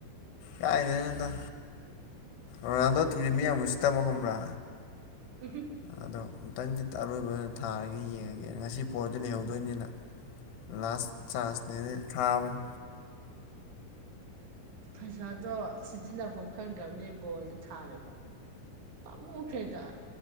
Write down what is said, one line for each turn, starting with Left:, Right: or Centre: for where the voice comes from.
Left: ꯀꯥꯏꯗꯩꯩꯅꯣꯗ ꯔꯣꯅꯥꯜꯗꯣ ꯇꯤꯝꯖꯦ ꯃꯤ ꯌꯥꯝ ꯎꯁꯤꯠꯇꯕ ꯈꯪꯕ꯭ꯔꯥ
Right: ꯎꯝꯍꯨꯝ
Left: ꯑꯗꯣ ꯑꯃꯨꯇꯪꯗꯤ ꯑꯔꯣꯏꯕ ꯑꯣꯏꯅ ꯊꯥꯔꯒꯦ ꯌꯦꯡꯉꯒꯦ ꯉꯁꯤ ꯄꯣꯠ ꯗꯤ ꯂꯩꯍꯧꯗꯣꯏꯅꯤꯅ ꯂꯥꯁ ꯆꯥꯟꯁꯅꯦꯅ ꯊꯥꯕꯅꯤ
Right: ꯄꯩꯁꯥꯗꯣ ꯁꯤꯖꯤꯟꯅꯐꯝ ꯈꯪꯗ꯭ꯔꯕꯅꯦ ꯕꯣꯜꯗꯣ ꯊꯥꯔꯦꯕ ꯄꯥꯃꯨꯈ꯭ꯔꯦꯗ